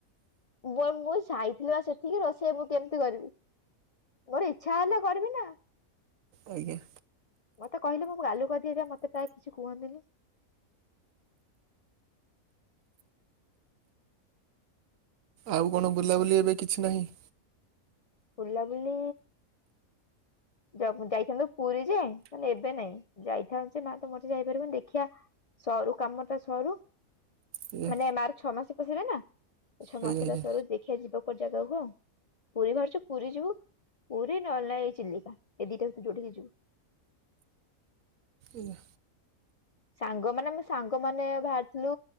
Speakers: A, on the left (about 70°); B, on the right (about 70°).
A: ବୋ ଏ ମୁଁ ଯାଇଥିଲି ବା ସେଠକି, ରୋଷେଇ ମୁଁ କେମିତି କରିବି। ମୋର ଇଚ୍ଛା ହେଲେ କରିବି ନା।
B: ଆଜ୍ଞା।
A: ମତେ କହିଲେ ମୁଁ ଗାଲୁ କରିଦିଏ ପା ମତେ ପ୍ରାୟ କିଛି କୁହନ୍ତିନି।
B: ଆଉ କଣ ବୁଲାବୁଲି ଏବେ କିଛି ନାହିଁ?
A: ବୁଲାବୁଲି ଯବ ଯାଇଥାନ୍ତି ପୁରୀ ଯେ କିନ୍ତୁ ମାନେ ଏବେ ନାଇଁ। ଯାଇଥାନ୍ତି ଯେ ମା ତ ମରିଛି ଯାଇପାରିବୁନୁ ଦେଖିବା ସରୁ କାମ ଟା ସରୁ।
B: ଆଜ୍ଞା
A: ମାନେ ମାର ଛଅ ମାସ ପଶିବ ନା ଏଇ ଛଅ
B: ଆଜ୍ଞା
A: ମାସିଟା
B: ଆଜ୍ଞା
A: ସରୁ ଦେଖିିବା ଯିବା। ପୁଜା ପର୍ବ ପୁରୀ ବାହାରିଚୁ। ପୁରୀ ଯିବୁ। ପୁରୀ ନହଲେ ନାଇଁ ଏଇ ଚିଲିକା। ଏ ଦିଟା ଭିତୁରୁ ଯୋଉଠିକି ଯିବୁ।
B: ନା।
A: ସାଙ୍ଗମାନେ ମୋ ସାଙ୍ଗମାନେ ବାହାର୍ ରି ଥିଲୁ